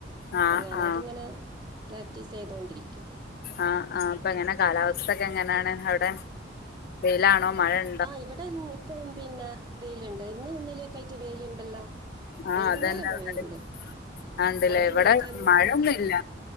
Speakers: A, on the left; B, on the right.
A: ആഹ്
B: അപ്പൊ ഞാനത്
A: ആഹ്
B: ഇങ്ങനെ പ്രാക്ടീസ് ചെയ്തോണ്ടിരിക്കും
A: ആഹ് ആ് ഇപ്പൊ എങ്ങനെ കാലാവസ്ഥക്കെ എങ്ങനെയാണ് അവിടെ വെയിലാണോ മഴണ്ടോ?
B: ആഹ് ഇബടെ ഇപ്പം പിന്നെ വെയില്ണ്ട് ഇന്നും ഇന്നലെക്കെ ആയിട്ട് വെയിലുണ്ടല്ലോ?
A: ആഹ്
B: വൈകുന്നേരം
A: അതന്നെ
B: മഴയുണ്ട്
A: തോന്ന്ണ്ട് ആഹ് ഇണ്ടില്ലേ?
B: അവിടെ എങ്ങനെയാ
A: ഇവിടെ
B: കാലാവസ്ഥ
A: മഴ ഒന്നുല്ല